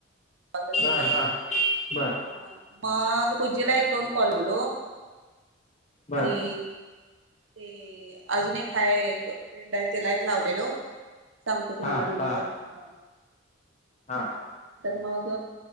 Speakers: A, on the right; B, on the left.
A: पा चिकन
B: हा हा बर
A: ह मग पूजीला एक दोन कलवलो
B: बर
A: आणि ते अजून एक हाय फ्रेंड आहे त्याला एक लावलेलो सांगतो तुम्हाला
B: हा
A: नंतर
B: हा
A: ह
B: हा
A: मग